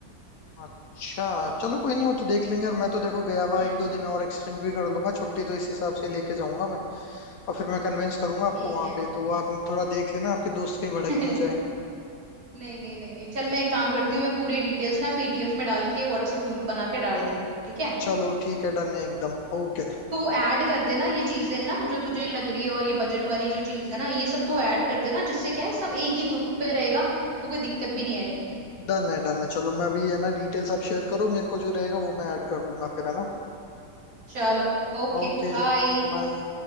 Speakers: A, on the left; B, on the right.
A: अच्छा चलो कोई नहीं वो तो देख लेंगे और मैं तो देखो गया हुआ
B: हम्म
A: एक दो दिन और एक्सटेंड भी कर लूंगा छुट्टी तो इस हिसाब से ही लेके जाऊंगा मैं और फिर मैं कन्विंस करूंगा आपको
B: ठीक
A: वहां
B: है
A: पे तो आप थोड़ा देख लेना आपके दोस्त कहीं भड़क
B: <laughs>
A: नहीं जाए
B: नहीं नहीं नहीं नहीं चल मैं एक काम करती हूँ मैं पूरी डिटेल्स ना पीडीएफ में डाल के व्हाट्सएप ग्रुप बना के डाल देती हूँ ठीक है
A: चलो ठीक है डन है एकदम ओके
B: तो ऐड कर देना ये चीजें ना जो तुझे लग रही है और ये बजट वाली जो चीज है ना ये सब तू ऐड कर देना जिससे क्या है सब एक ही ग्रुप पे रहेगा तो कोई दिक्कत भी नहीं आएगी
A: डन है डन है चलो मैं अभी है ना डिटेल्स आप शेयर करो मेरे को जो रहेगा वो मैं ऐड कर दूंगा फिर है ना
B: चलो ओके
A: Okay
B: बाय
A: bye